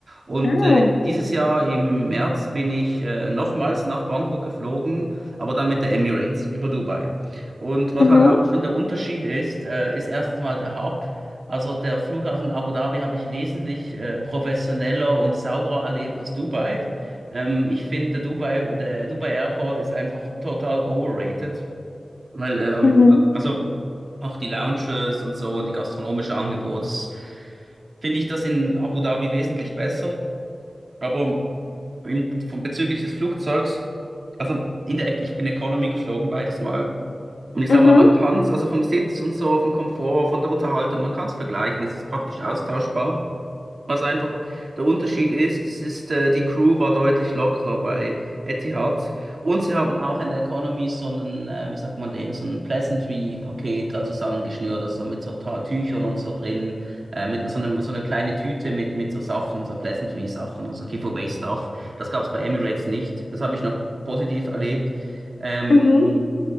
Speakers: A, on the right; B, on the left.
A: Und
B: Ah,
A: äh, dieses Jahr im März bin ich äh, nochmals nach Bangkok geflogen, aber dann mit der Emirates über Dubai. Und was
B: mhm,
A: halt auch schon der Unterschied ist, äh, ist erstens mal der Hub. Also der Flughafen Abu Dhabi habe ich wesentlich äh, professioneller und sauberer erlebt als Dubai. Ähm, ich finde, der Dubai, der Dubai Airport ist einfach total overrated, weil, ähm,
B: mhm,
A: also auch die Lounges und so und die gastronomische Angebot, das finde ich das in Abu Dhabi wesentlich besser. Aber im, von, bezüglich des Flugzeugs, also in der, ich bin Economy geflogen beides Mal. Und ich
B: mhm,
A: sag mal, man kann es, also vom Sitz und so, vom Komfort, von der Unterhaltung, man kann es vergleichen, es ist praktisch austauschbar. Was einfach der Unterschied ist, es ist, äh, die Crew war deutlich lockerer bei Etihad. Und sie haben auch in der Economy so einen, äh, wie sagt man dem, so ein Pleasantry-Paket da zusammengeschnürt, also so mit so Ta Tüchern und so drin, äh, mit so einem, so eine kleine Tüte mit, mit so Sachen, so Pleasantry-Sachen, also Giveaway-Stuff. Das gab es bei Emirates nicht. Das habe ich noch positiv erlebt. Ähm,
B: mhm,